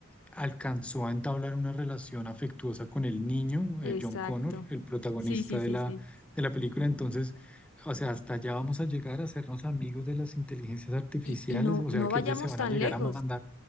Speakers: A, in the centre; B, on the left.
A: alcanzó a entablar una relación afectuosa con el niño,
B: Exacto.
A: eh, John Connor, el protagonista
B: Sí, sí,
A: de
B: sí,
A: la,
B: sí.
A: de la película. Entonces, o sea, hasta allá vamos a llegar a hacernos amigos de las inteligencias artificiales,
B: Y, y no,
A: o sea,
B: no
A: que
B: vayamos
A: ellas se van
B: tan
A: a llegar
B: lejos.
A: a mandar.